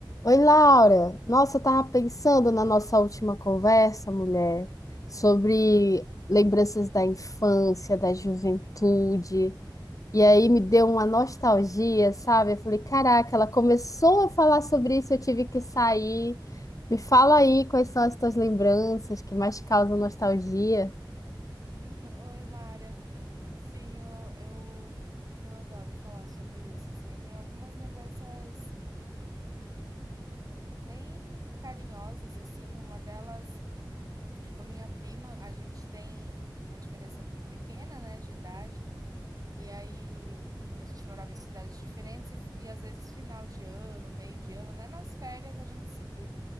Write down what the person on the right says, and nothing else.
<laughs> Oi, Mara. Sim, eu, eu, eu adoro falar sobre isso, assim. Eu tenho algumas lembranças bem carinhosas, assim. Uma delas é com a minha prima. A gente tem uma diferença pequena, né, de idade. E aí a gente morava em cidades diferentes e, e às vezes final de ano, meio de ano, né? Nas férias a gente se via.